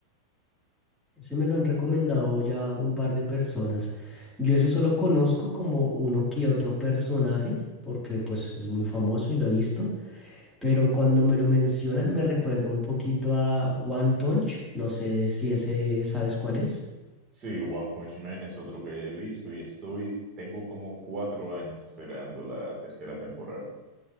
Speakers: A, in the centre; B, on the right.
A: Ese me lo han recomendado ya un par de personas. Yo ese solo conozco como uno que otro personaje, porque pues es muy famoso y lo he visto, pero cuando me lo mencionan me recuerda un poquito a One Punch. No sé si ese sabes cuál es.
B: Sí, One Punch Man es otro que he visto y estoy, tengo como cuatro años esperando la tercera temporada.